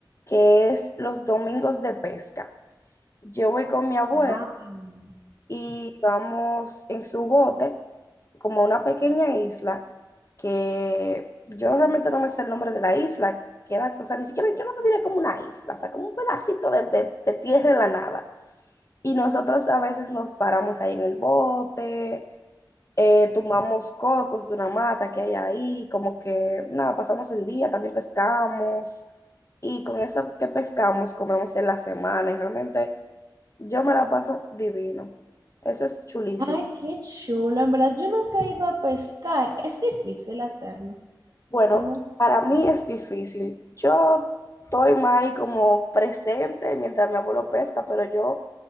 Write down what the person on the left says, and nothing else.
que es los domingos de pesca. Yo voy con mi abuelo
y vamos en su bote como a una pequeña isla que yo realmente no me sé el nombre de la isla, queda, o sea, ni siquiera yo no lo diré como una isla, o sea, como un pedacito de, de- de tierra en la nada. Y nosotros a veces nos paramos ahí en el bote, eh, tomamos cocos de una mata que hay ahí, como que nada, pasamos el día, también pescamos. Y con eso que pescamos, comemos en la semana. Y realmente yo me la paso divino. Eso es chulísimo.
Bueno,
para mí es difícil. Yo estoy más ahí como presente mientras mi abuelo pesca, pero yo